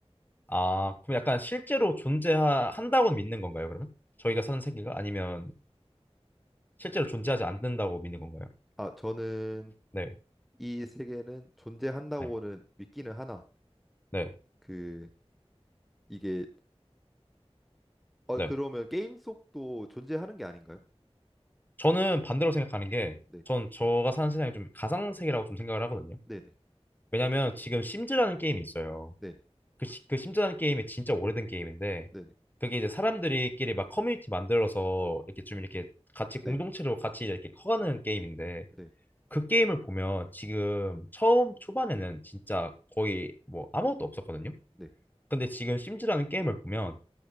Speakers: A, on the left; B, in the centre.
A: 아, 그럼 약간 실제로 존재한다고 믿는 건가요, 그러면? 저희가 사는 세계가 아니면 실제로 존재하지 않는다고 믿는 건가요?
B: 아, 저는
A: 네.
B: 이 세계는 존재한다고는
A: 네.
B: 믿기는 하나.
A: 네.
B: 그 이게 어
A: 네.
B: 그러면 게임 속도 존재하는 게 아닌가요?
A: 저는 반대로 생각하는 게,
B: 네,
A: 전 저가 사는 세상이 좀 가상세계라고 좀 생각을 하거든요.
B: 네, 네,
A: 왜냐면 지금 심즈라는 게임이 있어요.
B: 네,
A: 그, 시- 그 심즈라는 게임이 진짜 오래된 게임인데,
B: 네, 네,
A: 그게 이제 사람들끼리 막 커뮤니티 만들어서 이렇게 좀 이렇게 같이
B: 네,
A: 공동체로 같이 이렇게 커가는 게임인데,
B: 네,
A: 그 게임을 보면 지금 처음 초반에는 진짜 거의 뭐 아무것도 없었거든요.
B: 네.
A: 근데 지금 심즈라는 게임을 보면